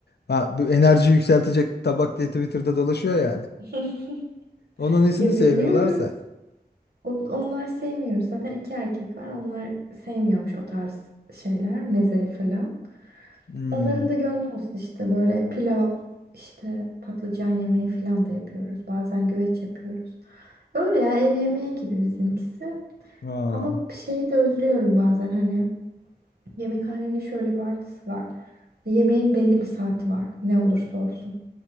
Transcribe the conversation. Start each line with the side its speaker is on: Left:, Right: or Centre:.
Left: ha, bu enerji yükseltecek tabak diye Twitter'da dolaşıyor yani.
Right: <laughs>
Left: Onun nesini
Right: Ya
Left: sevmiyorlarsa.
Right: veriyoruz. O- Onlar sevmiyormuş. Zaten iki erkek var. Onlar sevmiyormuş o tarz şeyler, meze falan.
Left: Hmm.
Right: Onların da gönlü olsun işte böyle pilav işte patlıcan yemeği falan da yapıyoruz. Bazen güveç yapıyoruz. Öyle ya ev yemeği gibi bizimkisi.
Left: Aa.
Right: Ama şeyi de özlüyorum bazen hani yemekhanenin şöyle bir artısı var. Yemeğin belli bir saati var ne olursa olsun.